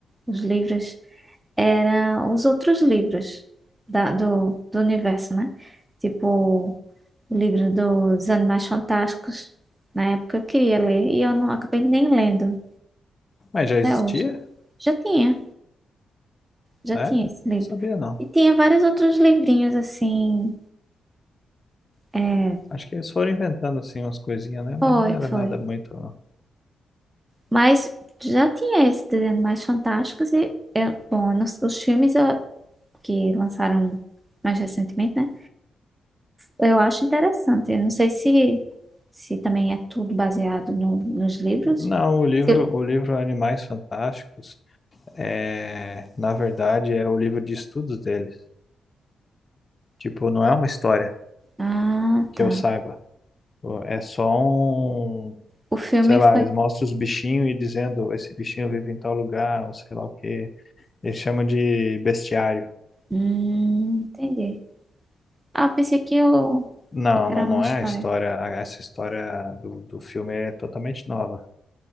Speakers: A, on the right; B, on the left.
A: os livros, era os outros livros da- do, do universo, né? Tipo, o livro dos Animais Fantásticos. Na época eu queria ler e eu não acabei nem lendo
B: Mas já
A: até
B: existia?
A: hoje. Já tinha, já
B: É?
A: tinha
B: Não
A: esse livro.
B: sabia não.
A: E tinha vários outros livrinhos assim. é,
B: Acho que eles foram inventando assim umas coisinhas, né? Mas
A: foi,
B: não era nada
A: foi.
B: muito. Não,
A: Mas já tinha esses desenhos mais fantásticos e, eu- bom, eu não- s- os filmes eu- que lançaram mais recentemente, né? Eu acho interessante. Eu não sei se, se também é tudo baseado no- nos livros.
B: Não, o livro,
A: Se-
B: o livro Animais Fantásticos, é, na verdade, é o livro de estudos dele. Tipo, não é uma história
A: Ah,
B: que
A: tá.
B: eu saiba. Pô, É só um.
A: O filme
B: Sei lá,
A: foi.
B: eles mostram os bichinhos e dizendo esse bichinho vive em tal lugar, ou sei lá o quê. Eles chamam de bestiário.
A: Hum, entendi. Ah, pensei que eu...
B: Não,
A: que
B: não,
A: era uma
B: não
A: história.
B: é a história. a- Essa história do, do filme é totalmente nova,